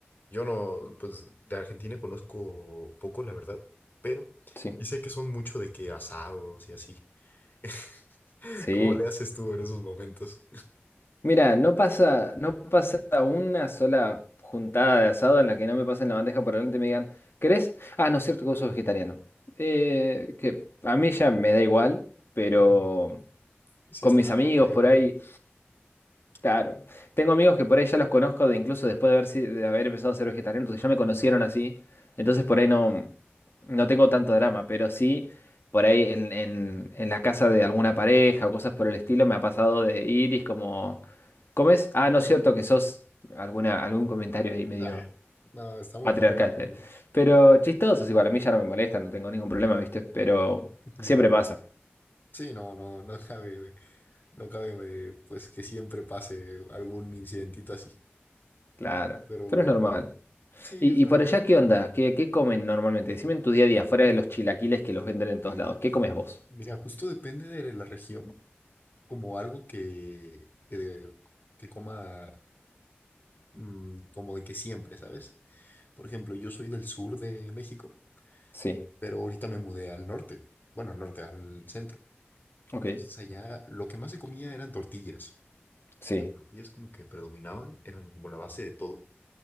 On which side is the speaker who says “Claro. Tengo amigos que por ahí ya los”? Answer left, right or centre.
Left